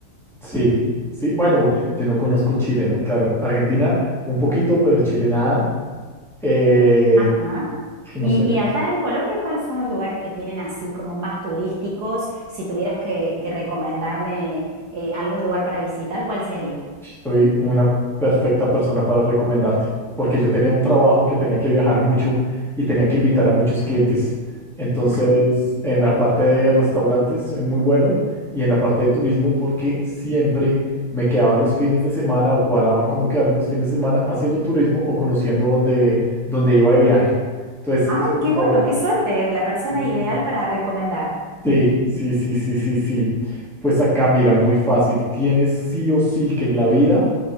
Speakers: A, in the centre; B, on the right (about 60°).
A: sí. sí, Bueno, yo no conozco Chile, ¿no? Claro, Argentina un poquito, pero Chile nada. Eh,
B: Ajá.
A: ay,
B: Y,
A: no sé,
B: y allá en Colombia, ¿cuáles son los lugares que tienen así como más turísticos? Si tuvieras que, que recomendarme eh, algún lugar para visitar, ¿cuál sería?
A: Soy una perfecta persona para recomendarte, porque yo tenía un trabajo que tenía que viajar mucho y tenía que invitar a muchos clientes. Entonces,
B: Ah,
A: en la parte de restaurantes soy muy bueno y en la parte de turismo porque siempre me quedaba los fines de semana o cuadraba cómo quedarme los fines de semana haciendo turismo o conociendo dónde, dónde iba de viaje. Entonces,
B: ay,
A: sobre
B: qué
A: todo,
B: bueno, qué suerte, la persona
A: sí,
B: ideal para recomendar.
A: Sí, sí, sí, sí, sí, sí. Pues acá, mira, muy fácil. Tienes sí o sí que en la vida